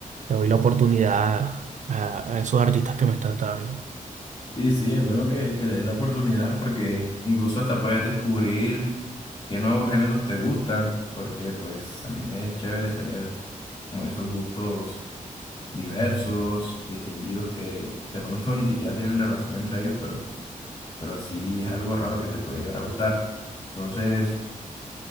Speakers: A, on the right (about 60°); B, on the left (about 35°).
A: le doy la oportunidad a, a esos artistas que me estás dando.
B: Sí, sí, es bueno que, que le des la oportunidad porque incluso hasta puedes descubrir qué nuevos géneros te gustan, porque pues también es chévere tener como esos gustos diversos, distinguidos, que de pronto <laughs> ni siquiera tienen relación entre ellos, pero, pero sí es algo raro que te puede llegar a gustar. Entonces,